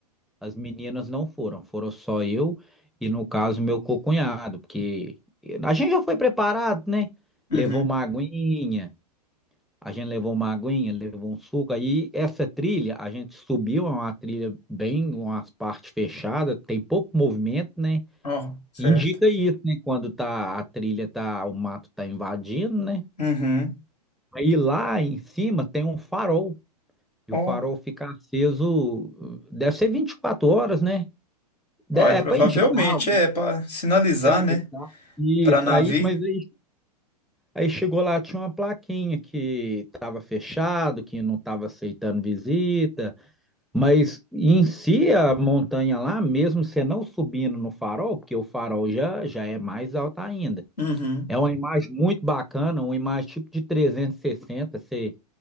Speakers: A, in the centre; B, on the left.
A: As meninas não foram, foram só eu e, no caso, meu cunhado, porque a gente já foi preparado, né?
B: Uhum.
A: Levou uma aguinha, a gente levou uma aguinha, levou um suco. Aí essa trilha, a gente subiu, é uma trilha bem, umas partes fechadas, tem pouco movimento, né?
B: Ó, certo.
A: Indica isso, né? Quando tá, a trilha tá, o mato tá invadindo, né?
B: Uhum.
A: Aí lá em cima tem um farol, e
B: Ó,
A: o farol fica aceso, deve ser 24 horas, né? De-
B: ó,
A: É
B: é, provavelmente
A: para indicar,
B: é para sinalizar,
A: Foi indicar.
B: né?
A: Isso,
B: Para navio.
A: aí, mas aí, aí chegou lá, tinha uma plaquinha que estava fechado, que não estava aceitando visita, mas em si a montanha lá, mesmo você não subindo no farol, porque o farol já, já é mais alto ainda.
B: Uhum.
A: É uma imagem muito bacana, uma imagem tipo de 360. Você...